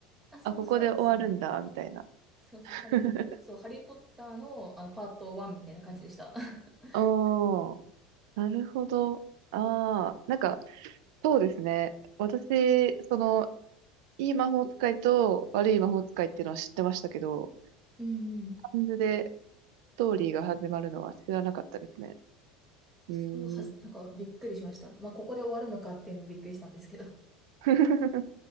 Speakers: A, in the centre; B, on the right (about 70°).
A: あ、そうそうですね。
B: あ、ここで終わるんだ、みたいな。
A: そうそう、
B: <laughs>
A: ハリー、そう、ハリーポッターの、あの、パート1みたいな感じでした。<laughs>
B: おー、なるほど。ああ、なんか、
A: な
B: そうですね。私、その、いい魔法使いと悪い魔法使いっていうのは知ってましたけど、
A: うんうん。
B: 漢字でストーリーが始まるのは知らなかったですね。
A: そうはじなんかびっくりしました。
B: うーん。
A: まあ、ここで終わるのかっていうのもびっくりしたんですけど。<laughs>
B: <laughs>